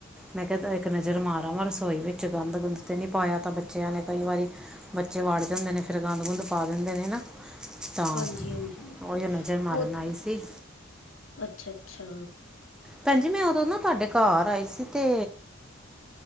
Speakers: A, in the centre; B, on the left.
A: ਮੈਂ ਕਿਹਾ ਇੱਕ ਨਜ਼ਰ ਮਾਰ ਆਵਾ ਰਸੋਈ ਵਿੱਚ ਗੰਦ ਗੁੰਦ 'ਤੇ ਨਹੀਂ ਪਾਇਆ ਤਾਂ ਬੱਚਿਆਂ ਨੇ ਕਈ ਵਾਰੀ। ਬੱਚੇ ਵਾੜ ਜਾਂਦੇ ਨੇਂ। ਫਿਰ ਗੰਦ ਗੁੰਦ ਪਾ ਦਿੰਦੇ ਨੇਂ, ਨਾ। ਤਾਂ
B: ਹਾਂਜੀ ਹਾਂਜੀ
A: ਉਹੀ ਨਜ਼ਰ ਮਾਰਨ
B: ਉਹ
A: ਆਈ ਸੀ
B: ਅੱਛਾ ਅੱਛਾ।
A: ਭੈਣਜੀ, ਮੈਂ ਉਦੋਂ ਨਾ ਤੁਹਾਡੇ ਘਰ ਆਈ ਸੀ ਤੇ।